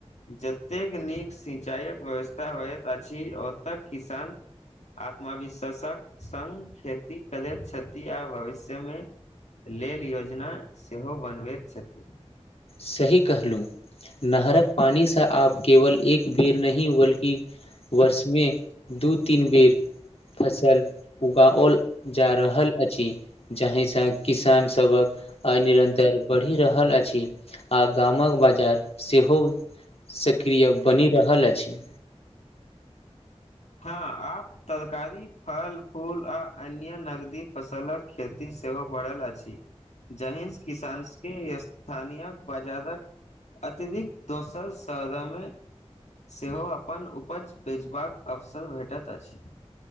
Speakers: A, on the left; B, on the left.
A: जतेक नीक सिंचाइक व्यवस्था होइत अछि ओतेक किसान। आत्मविश्वासक संग खेती करैत छथि आ भविष्य मे लेल योजना सेहो बनबैत छथिन
B: सही कहलहु नहरकऽ पानिसँ आप केवल एक बेर नहि बल्कि वर्ष मे दू तीन बेर फसल उगा ओल जा रहल अछि जाहिसँ किसान सभकऽ आ निरन्तर बढ़ि रहल अछि आ गाम कऽ बाजार सेहो सक्रिय बनि रहल अछि
A: ह आप तरकारी फल फूल आ अन्य नगदी फसल कऽ खेती सेहो बढ़ल अछि जहाँ स किसान के स्थानीय बाजार कऽ अतिरिक्त दोसर सरदामे सेहो अपन उपज बेचबा कऽ अवसर भेटैत अछि।